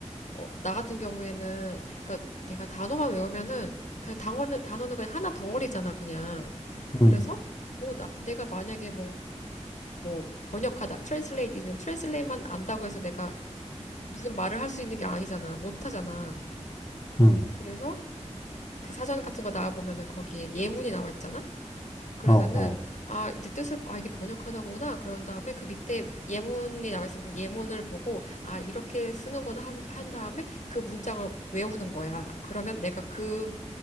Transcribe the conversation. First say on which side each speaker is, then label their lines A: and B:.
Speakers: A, on the left; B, on the left.
A: 어, 나 같은 경우에는 그러니까 내가 단어만 외우면은 그냥 단어는 단어는 그냥 하나 덩어리잖아, 그냥. 그래서
B: 응,
A: 뭐 나, 내가 만약에 뭐 뭐 번역하다, 트랜슬레이트면 트랜슬레이트만 안다고 해서 내가 무슨 말을 할 수 있는 게 아니잖아. 못 하잖아.
B: 응,
A: 그래서 그 사전 같은 거 나와 보면은 거기에 예문이 나와 있잖아. 그러면은
B: 어, 어,
A: 아, 내 뜻을 아 이게 번역하던구나. 그런 다음에 그 밑에 예문이 나와 있으면 그 예문을 보고 아, 이렇게 쓰는구나 한, 한 다음에 그 문장을 외우는 거야. 그러면 내가 그